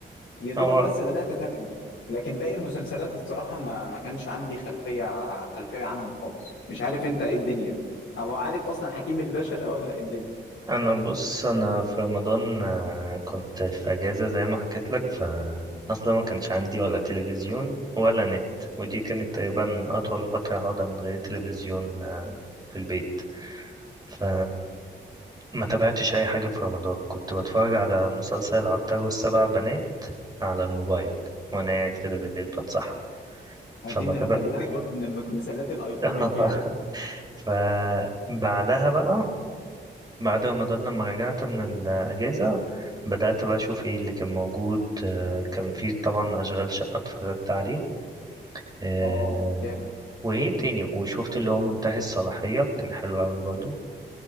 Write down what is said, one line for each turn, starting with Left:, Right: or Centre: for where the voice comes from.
Left: يا دوبك
Right: هو
Left: بس بدأت أتابع دي لكن باقي المسلسلات الصراحة ما ما كانش عندي خلفية خلفية عنهم خالص مش عارف أنت إيه الدنيا أو عارف أصلا حكيم الباشا ده ولا إيه الدنيا
Right: انا بص انا في رمضان آه، كنت في اجازة زي ما حكيت لك فاصلا ما كانش عندي ولا تلفزيون ولا نت ودي كانت تقريبا اطول فترة اقعدها من غير تلفزيون آه، في البيت ف ما تابعتش اي حاجه في رمضان كنت بتفرج على مسلسل العطار والسبع بنات على الموبايل وانا قاعد كده بالليل بتصحى
Left: ما
Right: فما
Left: دي من-
Right: تابع
Left: خلي بالك برضو من المسلسلات الأيكونيك
Right: <laughs>
Left: يعني
Right: فبعدها بقى بعد رمضان لما رجعت من الاجازه بدات بقى اشوف ايه اللي كان موجود آه، كان في طبعا اشغال شقه اتفرجت عليه آه،
Left: اه جامد
Right: وايه تاني وشفت اللي هو منتهي الصلاحيه كان حلو قوي برضو